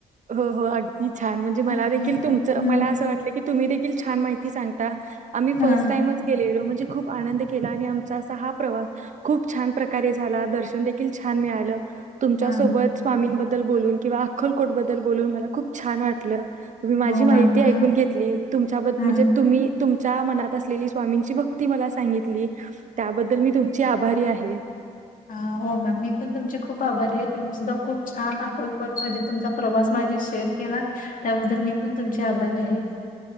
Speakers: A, on the right (about 55°); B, on the left (about 60°).
A: हो, हो अगदी छान म्हणजे- मला
B: हम्म
A: देखील
B: हम्म
A: तुमच्,
B: हम्म
A: मला असं वाटलं की तुम्ही देखील छान माहिती- सांगता आम्ही
B: हा
A: फर्स्ट टाईमच गेलेलो म्हणजे खूप आनंद केला आणि आमचा असा हा प्रवास खूप छान प्रकारे झाला, दर्शन देखील छान मिळालं. तुमच्या
B: हा.
A: सोबत स्वामींब द्दल बोलून किंवा अक्कलकोट बद्दल बोलून मला खूप छान वाटलं. तुम्ही माझी
B: हो
A: माहिती
B: मॅम
A: ऐकून
B: हा
A: घेतली. तुमच्या बद
B: हा
A: म्हणजे तुमच्या मनात असलेली स्वामींची भक्ती मला सांगितली त्याबद्दल मी तुमची आभारी आहे.
B: हं हो मॅम मी पण तुमची खूप आभारी आहे तुमची <unintelligible> खूप छान अक्कलकोट म्हणजे तुमचा प्रवास माझ्याशी शेअर केलात त्याबद्दल मी पण तुमची आभारी आहे.